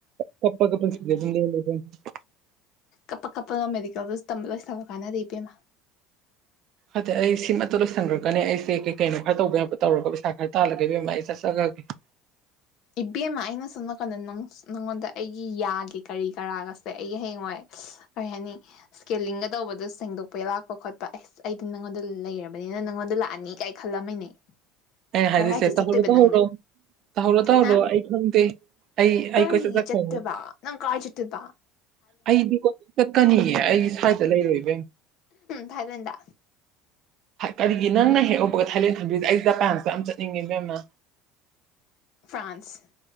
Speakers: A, on the right (about 55°); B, on the left (about 60°).
A: ꯀꯞꯄ ꯀꯞꯄ ꯄꯨꯟꯁꯤ <unintelligible>
B: ꯀꯞꯄ ꯀꯞꯄꯒ ꯃꯦꯗꯤꯀꯦꯜꯗꯨꯁꯨ ꯇꯝꯕ ꯂꯣꯏꯁꯤꯂꯨ ꯀꯥꯟꯅꯗꯦ ꯏꯕꯦꯝꯃ
A: ꯑꯗ ꯑꯩꯁꯦ ꯁꯤꯃꯇ ꯂꯣꯏꯁꯟꯈ꯭ꯔꯒꯅꯦ ꯑꯩꯁꯦ ꯀꯩ ꯀꯩꯅꯣ ꯈꯔ ꯇꯧꯕ ꯌꯥꯕ ꯇꯧꯔꯒ ꯄꯩꯁꯥ ꯈꯔ ꯇꯥꯜꯂꯒꯦ ꯏꯕꯦꯝꯃ ꯑꯩ ꯆꯠꯆꯒ꯭ꯔꯒꯦ <inaudible>
B: ꯏꯕꯦꯝꯃ ꯑꯩꯅ ꯁꯣꯝ ꯅꯥꯀꯟꯗ ꯅꯪ ꯅꯉꯣꯟꯗ ꯑꯩꯒꯤ ꯌꯥꯒꯤ ꯀꯔꯤ ꯀꯔꯥꯒꯁꯦ ꯑꯩꯒꯤ ꯍꯌꯦꯡꯋꯥꯏ ꯀꯔꯤ ꯍꯥꯏꯅꯤ ꯏꯁꯀꯦꯜꯂꯤꯡꯒ ꯇꯧꯕꯗꯣ ꯁꯦꯡꯗꯣꯛꯄ ꯂꯥꯛꯄ ꯈꯣꯠꯄ ꯑꯩꯁ ꯑꯩꯗꯤ ꯅꯪꯉꯣꯟꯗ ꯂꯩꯔꯕꯅꯤ ꯍꯦꯅ ꯅꯪꯉꯣꯟꯗ ꯂꯥꯛꯑꯅꯤ ꯀꯥꯏ ꯈꯜꯂꯝꯃꯤꯅꯦ
A: ꯑꯩ ꯍꯥꯏꯗꯣꯢꯁꯦ
B: ꯀꯔꯥꯏꯗ
A: ꯇꯧꯍꯧꯔꯣ
B: ꯆꯠꯇꯣꯏꯕ
A: ꯇꯧꯍꯧꯔꯣ
B: ꯅꯪꯗꯤ
A: ꯇꯧꯍꯧꯔꯣ ꯇ ꯍꯧꯔꯣ
B: ꯍꯥ
A: ꯑꯩ ꯈꯪꯗꯦ ꯑꯩ ꯑꯩ
B: ꯀꯔꯤꯒꯤ
A: ꯀꯣꯏꯆꯠ ꯆꯠꯈ꯭ꯔꯅꯤ
B: ꯆꯠꯇꯣꯏꯕ ꯅꯪ ꯀꯔꯥꯏ ꯆꯠꯇꯣꯏꯕ
A: ꯑꯩꯗꯤ ꯀꯣꯢꯆꯠ ꯆꯀꯅꯤꯌꯦ ꯑꯩ ꯁ꯭ꯋꯥꯏꯗ ꯂꯩꯔꯣꯏ ꯏꯕꯦꯝꯃ
B: ꯊꯥꯏꯂꯦꯟꯗꯥ
A: ꯀꯔꯤꯒꯤ ꯅꯪꯅ ꯍꯦꯛ ꯎꯧꯕꯒ ꯊꯥꯏꯂꯦꯟ ꯊꯝꯕꯤꯁꯦ ꯑꯩ ꯖꯄꯥꯟꯁꯨ ꯌꯥꯝ ꯆꯠꯅꯤꯡꯉꯦ ꯏꯕꯦꯝꯃ
B: ꯐ꯭ꯔꯥꯟꯁ